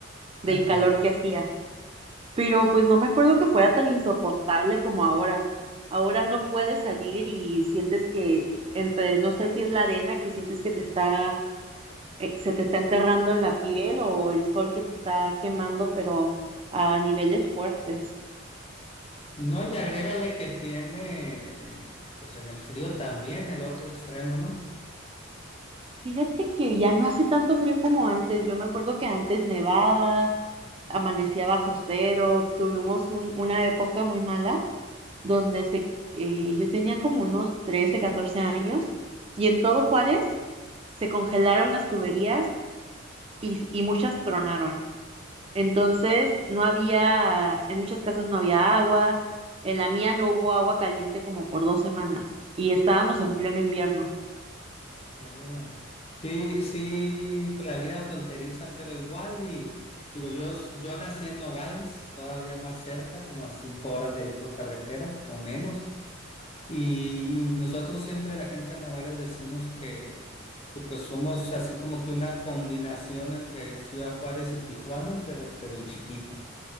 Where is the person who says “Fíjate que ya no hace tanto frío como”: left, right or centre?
Right